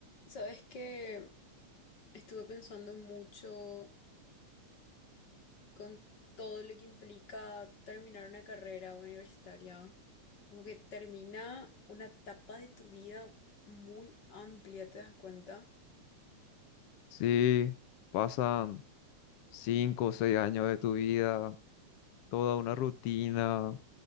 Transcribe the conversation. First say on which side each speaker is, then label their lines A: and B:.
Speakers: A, on the left; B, on the left.
A: Sabes que estuve pensando mucho con todo lo que implica terminar una carrera universitaria. Como que termina una etapa de tu vida muy amplia, ¿te das cuenta?
B: Sí, pasan cinco o seis años de tu vida, toda una rutina